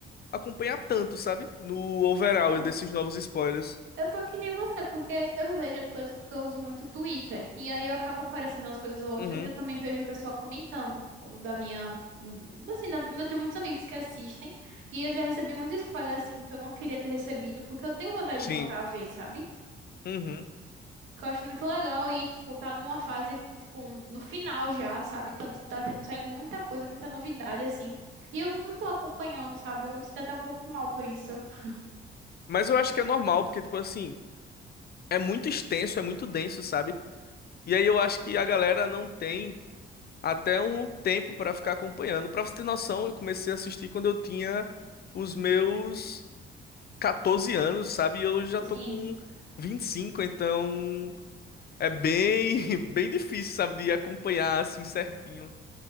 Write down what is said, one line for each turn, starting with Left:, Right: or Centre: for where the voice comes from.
Left: acompanhar tanto, sabe? No overall
Right: Então,
Left: desses novos spoilers.
Right: eu tô que nem você, porque eu vejo as coisas porque eu uso muito Twitter. E aí eu acabo aparecendo umas coisas ou outras
Left: Uhum.
Right: e eu também vejo o pessoal comentando. Ou da minha. Assim, da- eu tenho muitos amigos que assistem. E eu já recebi muito spoiler, assim, que eu não queria ter recebido, porque eu tenho vontade
Left: Sim.
Right: de voltar a ver, sabe?
Left: Uhum.
Right: que eu acho muito legal e, tipo, tá numa fase, tipo, no final já, sabe? Tá, tá tendo, saindo muita coisa, muita novidade, assim. E eu não tô acompanhando, sabe? Eu me sinto até um pouco mal por isso. <laughs>
Left: Mas eu acho que é normal, porque, tipo assim, é muito extenso, é muito denso, sabe? E aí eu acho que a galera não tem. até um tempo pra ficar acompanhando. Pra você ter noção, eu comecei a assistir quando eu tinha os meus 14 anos, sabe? E eu já tô
Right: Sim.
Left: com 25, então é bem, <laughs> bem difícil, sabe, de acompanhar assim certinho.